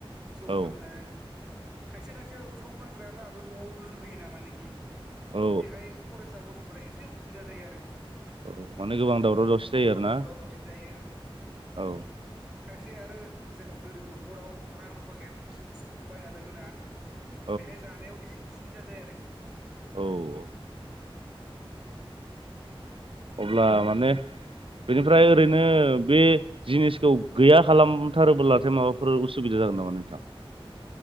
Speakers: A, in the centre; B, on the right (about 65°).
A: जौ
B: औ
A: फाननाय खायसे खायसे जौ फानग्राय लाबो न'आव लोंहोयो नामानोखि
B: औ
A: बेहाय फरायसा गथ'फोरा एसे उसुबिदा जायो आरोखि
B: औ माने गोबां दावराव दावसि जायो
A: औ
B: आरोना
A: दावराव दावसि जायो
B: औ
A: खायसे आरो जेनेबा गोरिब न'खराव रां रुफा गैयाब्लाो बिसोरो जिउखौ बायना लोङोना
B: <inaudible>
A: बेहाय जानायाव एसे उसुबिदा जाया आरोखि
B: औ अब्ला माने बेनिफ्राय ओरैनो बे जिनिसखौ गैया खालामथारोब्लाथाय माबाफोर उसुबिदा जागोन नामा नोंथाङां